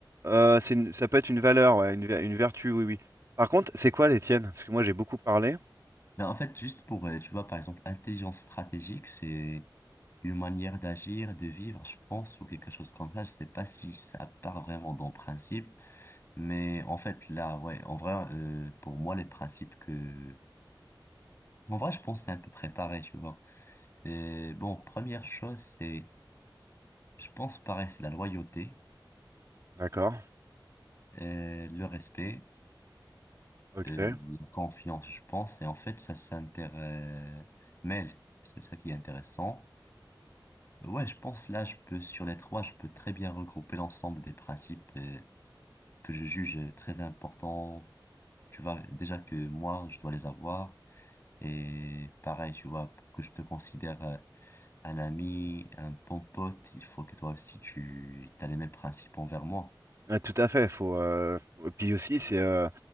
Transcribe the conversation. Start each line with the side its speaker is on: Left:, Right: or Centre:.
Right: Euh, c'est une- ça peut être une valeur, ouais, une, ver- une vertu, oui, oui. Par contre, c'est quoi les tiennes? Parce que moi, j'ai beaucoup parlé.
Left: Non, en fait, juste pour, euh, tu vois, par exemple, intelligence stratégique, c'est une manière d'agir, de vivre, je pense, ou quelque chose comme ça. Je sais pas si ça part vraiment dans le principe, mais en fait, là, ouais, en vrai, euh, pour moi, les principes que... En vrai, je pense que c'est un peu préparé, tu vois. Et bon, première chose, c'est, je pense, pareil, c'est la loyauté,
Right: D'accord,
Left: euh, le respect.
Right: ok.
Left: Euh, la confiance, je pense, et en fait, ça s'intermêle. C'est ça qui est intéressant. Ouais, je pense là, je peux, sur les trois, je peux très bien regrouper l'ensemble des principes euh, que je juge très importants. Tu vois, déjà que moi, je dois les avoir. Et pareil, tu vois, pour que je te considère euh, un ami, un bon pote, il faut que toi aussi, tu as les mêmes principes envers moi.
Right: Ouais, tout à fait, faut euh, faut- et puis aussi c'est euh,